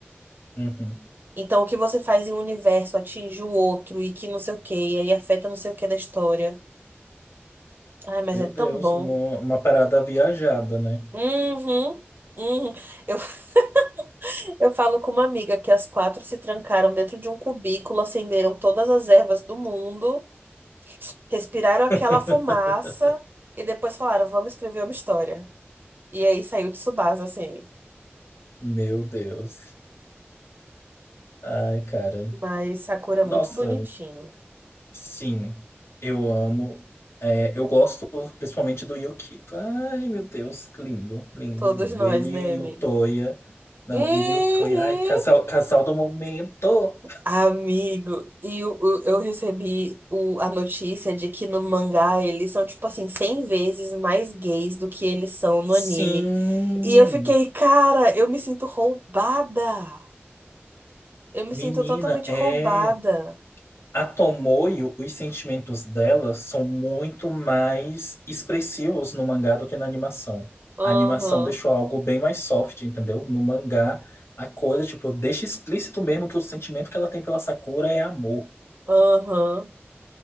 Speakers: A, on the left; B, on the right.
A: uhum.
B: Então, o que você faz em um universo atinge o outro e que não sei o quê, e aí afeta não sei o quê da história. Ai, mas
A: Meu
B: é tão
A: Deus,
B: bom.
A: uma, uma parada viajada, né?
B: Uhum. Uhum. Eu, <laughs> eu falo com uma amiga que as quatro se trancaram dentro de um cubículo, acenderam todas as ervas do mundo. Respiraram aquela
A: <laughs>
B: fumaça e depois falaram, vamos escrever uma história. E aí saiu de Tsubasa, assim.
A: Meu Deus. Ai, cara.
B: Mas Sakura é
A: Nossa,
B: muito bonitinho.
A: sim, eu amo. É, eu gosto principalmente do Yukito. Ai, meu Deus, lindo, lindo,
B: Todos
A: lindo.
B: nós,
A: Ele
B: né, amigo?
A: e o Toya. Não,
B: Uhum.
A: ele e o Toya. Ai, casal, casal do momento.
B: Amigo, e eu, eu, eu recebi o, a notícia de que no mangá eles são, tipo assim, 100 vezes mais gays do que eles são no anime.
A: Sim,
B: E eu fiquei, cara, eu me sinto roubada. Eu me
A: menina,
B: sinto totalmente
A: é.
B: roubada.
A: A Tomoyo, os sentimentos dela são muito mais expressivos no mangá do que na animação.
B: Aham,
A: A animação deixou algo bem mais soft, entendeu? No mangá, a coisa, tipo, deixa explícito mesmo que o sentimento que ela tem pela Sakura é amor.
B: aham.